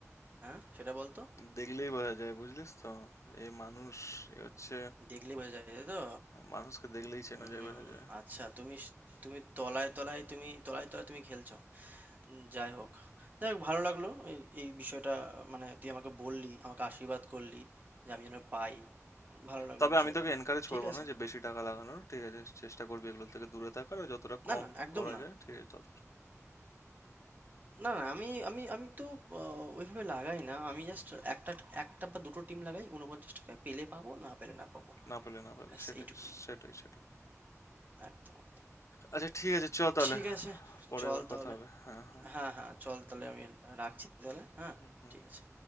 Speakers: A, on the right; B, on the left.
A: হ্যাঁ সেটা বলতো
B: দেখলেই বোঝা যায় বুঝলিস তো এ মানুষ এ হচ্ছে
A: দেখলেই বোঝা যায় তাই তো
B: মানুষকে দেখলেই চেনা
A: উম,
B: যায় বোঝা যায়
A: আচ্ছা তুমি স- তুমি তলায় তলায় তুমি তলায় তলায় তুমি খেলছো উম, যাই হোক যাই হোক ভালো লাগলো এই এই বিষয়টা মানে তুই আমাকে বললি আমাকে আশীর্বাদ করলি যে আমি যেন পাই ভালো লাগলো
B: তবে
A: বিষয়টা
B: আমি তোকে এনকারেজ
A: ঠিক
B: করবো
A: আছে
B: না যে বেশি টাকা লাগানোর ঠিক আছে চেষ্টা করবি এগুলো থেকে দূরে থাকার আর যতটা
A: না
B: কম
A: না একদম
B: করা
A: না
B: যায় ঠিক আছে তত
A: না না আমি আমি আমি তো আহ, ওইভাবে লাগাই না আমি জাস্ট একটা একটা বা দুটো টিম লাগাই উনপঞ্চাশ টাকায় পেলে পাবো না পেলে না পাবো
B: না পেলে না পাবি
A: ব্যাস
B: সেটাই
A: এইটুকুই
B: সেটাই সেটাই
A: একদম একদম
B: আচ্ছা ঠিক আছে চল তাহলে
A: ঠিক আছে
B: পরে
A: চল
B: আবার
A: তাহলে
B: কথা হবে হ্যাঁ হ্যাঁ
A: হ্যাঁ হ্যাঁ চল তাহলে আমি রাখছি তাহলে হ্যাঁ
B: হুম হুম
A: ঠিক
B: হুম।
A: আছে